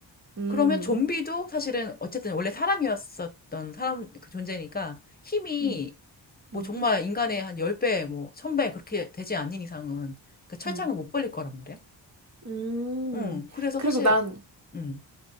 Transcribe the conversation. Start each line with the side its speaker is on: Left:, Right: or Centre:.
Right: 음,
Left: 그러면 좀비도 사실은 어쨌든 원래 사람이었었던 사람 그 존재니까 힘이
Right: 음,
Left: 뭐
Right: 음,
Left: 정말 인간의 한 10배, 뭐 1000배 그렇게 되지 않는 이상은 그 철창을
Right: 음.
Left: 못 벌릴 거란 말이야.
Right: 음.
Left: 응. 그래서
Right: 그리고
Left: 사실
Right: 난
Left: 응.